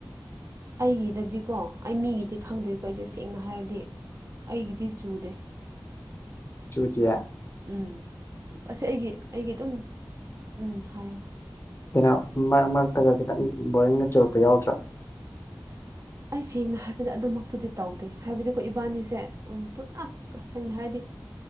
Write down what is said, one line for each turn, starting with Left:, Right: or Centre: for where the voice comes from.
Right: ꯑꯩꯒꯤꯗꯗꯤꯀꯣ ꯑꯩ ꯃꯤꯒꯤꯗꯤ ꯈꯪꯗꯦꯀꯣ ꯑꯩꯗꯤ ꯁꯦꯡꯅ ꯍꯥꯏꯔꯗꯤ ꯑꯩꯒꯤꯗꯤ ꯆꯨꯗꯦ
Left: ꯆꯨꯇꯌꯥ
Right: ꯎꯝ ꯑꯁꯤꯁ ꯑꯩꯒꯤ ꯑꯩꯒꯤ ꯑꯗꯨꯝ ꯎꯝ ꯍꯥꯏꯌꯣ
Left: ꯀꯩꯅꯣ ꯃꯔꯛ ꯃꯔꯛꯇꯒ ꯈꯤꯇꯪ ꯕꯣꯔꯤꯡꯒ ꯆꯨꯔꯛꯄ ꯌꯥꯎꯗ꯭ꯔꯥ
Right: <unintelligible> ꯑꯩ ꯁꯦꯡꯅ ꯍꯥꯏꯕꯗ ꯑꯗꯨꯃꯛꯇꯨꯗꯤ ꯇꯧꯗꯦ ꯍꯥꯏꯕꯗꯤꯀꯣ ꯏꯕꯥꯅꯤꯁꯦ ꯄꯨꯂꯞ ꯀꯁꯅ ꯍꯥꯏꯗ